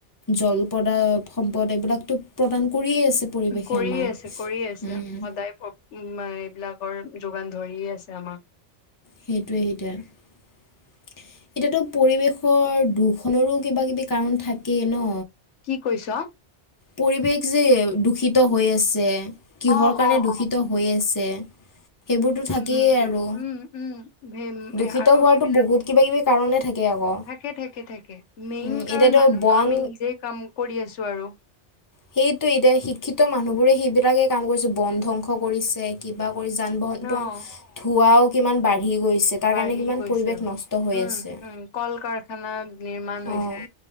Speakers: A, on the left; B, on the left.
A: জলপদা সম্পদ এইবিলাক টো প্ৰদান কৰিয়ে আছে। পৰিৱেশে
B: কৰিয়ে
A: আমাক।
B: আছে কৰিয়ে আছে
A: উম
B: সদায়। উ এইবিলাকৰ যোগান ধৰিয়ে আছে আমাক।
A: সেইটোৱে এতিয়া। এতিয়াতো পৰিৱেশৰ দূষনৰো কিবা কিবি কাৰণ থাকেই ন।
B: কি কৈছ।
A: পৰিৱেশ যে দূষিত হৈ আছে কিহৰ
B: অ',
A: কাৰণে
B: অ',
A: দূষিত
B: অ'।
A: হৈ আছে? সেইবোৰতো থাকেই
B: উম,
A: আৰু
B: উম, উম, সেই
A: দূষিত
B: আৰু
A: হোৱা
B: সেই
A: বহুত কিবা কিবি কাৰনে থাকে। আকৌ
B: থাকে থাকে থাকে মেইন
A: উম,
B: কাৰণ
A: এতিয়াতো
B: মানুহ
A: বন
B: আমি নিজে কাম কৰি আছো আৰু
A: সেইটো এতিয়া শিক্ষিত মানুহ বোৰে সেইবিলাকে কাম কৰিছে বন ধ্বংস কৰিছে কিবা পৰি যান বাহনটোৰ
B: অ'।
A: ধোঁৱাও কিমান বাঢ়ি গৈছে তাৰ
B: বাঢ়ি
A: কাৰণে কিমান
B: গৈছে।
A: পৰিৱেশ নষ্ট হৈ
B: উম,
A: আছে
B: উম, কল কাৰখানা নিৰ্মাণ হৈছে।
A: অঁ